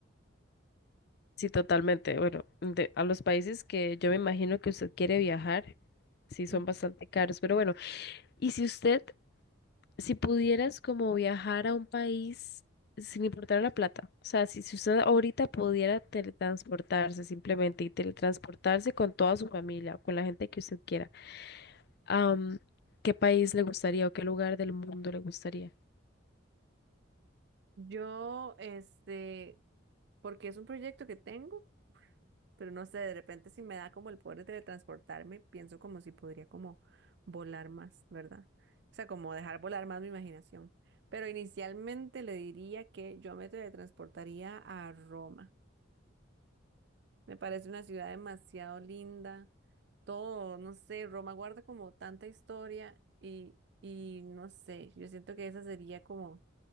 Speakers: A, on the left; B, on the right.
A: Sí, totalmente. Bueno, de- a los países que yo me imagino que usted quiere viajar, sí son
B: Mm.
A: bastante caros, pero bueno, y si usted, si pudieras como viajar a un país sin importar la plata, o sea, si, si usted ahorita pudiera teletransportarse simplemente y teletransportarse con toda su familia o con la gente que usted quiera, am, ¿qué país le gustaría o qué lugar del mundo le gustaría?
B: Yo, este, porque es un proyecto que tengo, pero no sé, de repente si me da como el poder de teletransportarme, pienso como si podría como volar más, ¿verdad? O sea, como dejar volar más mi imaginación. Pero inicialmente le diría que yo me teletransportaría a Roma. Me parece una ciudad demasiado linda. Todo, no sé, Roma guarda como tanta historia y, y no sé, yo siento que esa sería como